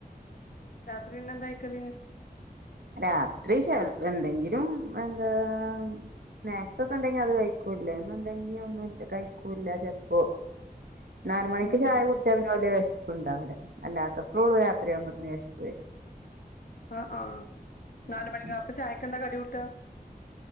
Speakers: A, on the left; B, on the right.
A: രാത്രി പിന്നെ എന്താ കയിക്കല്
B: രാത്രി ചെലപ്പം എന്തെങ്കിലും എന്താ സ്നാക്സ്ക്കെ ഉണ്ടെങ്കി അത് കഴിക്കൂം ല്ലാംഎന്നുണ്ടെങ്കി ഒന്നുംല്ല കഴിക്കൂല്ല ചിലപ്പോ നാല് മണിക്ക്
A: ഉം
B: ചായ
A: ഉം
B: കുടിച്ച അവന് വല വിശപ്പ്ഉണ്ടാവില്ല അല്ലാത്തപ്പഴേ ഉള്ളൂ രാത്രിയാകുമ്പോത്തേന് വിശപ്പ് വരും
A: ആഹ് ആഹ്
B: ഉം
A: നാലുമണി അപ്പൊ ചായക്കെന്താ കടികുട്ടൂക